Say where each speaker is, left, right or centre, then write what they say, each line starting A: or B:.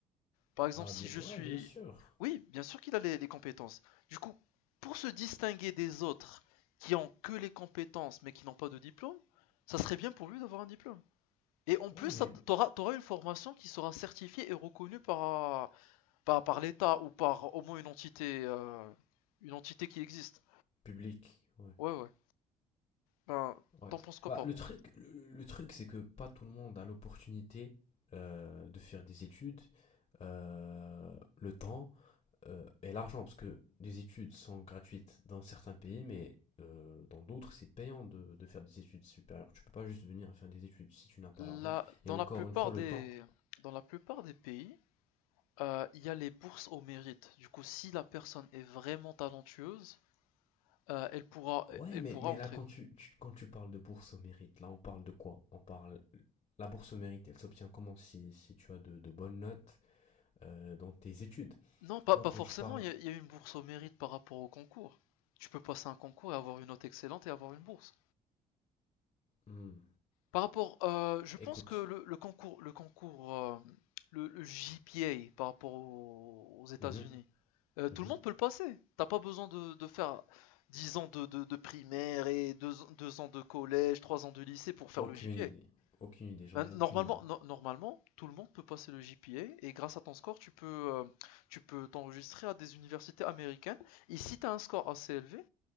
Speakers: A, on the left; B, on the left.
A: Par exemple,
B: Bah
A: si
B: bien,
A: je
B: ouais,
A: suis...
B: bien sûr.
A: Oui, bien sûr qu'il a les, les compétences. Du coup, pour se distinguer des autres qui ont que les compétences mais qui n'ont pas de diplôme, ça serait bien pour lui d'avoir un diplôme. Et en
B: Ouais,
A: plus,
B: mais
A: tu auras t'auras une formation qui sera certifiée et reconnue par, par, par l'État ou par au moins une entité, euh, une entité qui existe.
B: public. Ouais.
A: Ouais, ouais. Ben,
B: Ouais.
A: t'en penses quoi
B: Bah
A: par
B: le
A: rapport
B: truc,
A: à ça
B: le, le truc, c'est que pas tout le monde a l'opportunité euh, de faire des études, euh, le temps euh, et l'argent, parce que les études sont gratuites dans certains pays, mais euh, dans d'autres, c'est payant de, de faire des études supérieures. Tu peux pas juste venir faire des études si tu n'as pas
A: La-
B: l'argent.
A: dans
B: Et encore
A: la plupart
B: une fois, le
A: des,
B: temps.
A: dans la plupart des pays, euh, il y a les bourses au mérite. Du coup, si la personne est vraiment talentueuse, Euh, elle pourra,
B: Ouais,
A: elle
B: mais,
A: pourra
B: mais
A: entrer.
B: là, quand tu, tu- quand tu parles de bourse au mérite, là, on parle de quoi? On parle. La bourse au mérite, elle s'obtient comment si, si tu as de, de bonnes notes euh, dans tes études?
A: Non, pas,
B: Moi,
A: pas
B: quand
A: forcément.
B: je parle.
A: Il y, a- y a une bourse au mérite par rapport au concours. Tu peux passer un concours et avoir une note excellente et avoir une bourse.
B: Hmm,
A: Par rapport, euh, je
B: écoute.
A: pense que le, le concours, le concours, euh, le, le GPA par rapport aux, aux États-Unis,
B: Mhm,
A: euh, tout
B: mhm.
A: le monde peut le passer. T'as pas besoin de, de faire 10 ans de, de- de primaire et deux deux ans de collège, 3 ans de lycée pour faire
B: Aucune
A: le GPA.
B: idée. Aucune idée, j'en
A: Ben,
B: ai aucune
A: normalement,
B: idée.
A: no- normalement, tout le monde peut passer le GPA et grâce à ton score, tu peux, euh, tu peux t'enregistrer à des universités américaines. Et si tu as un score assez élevé,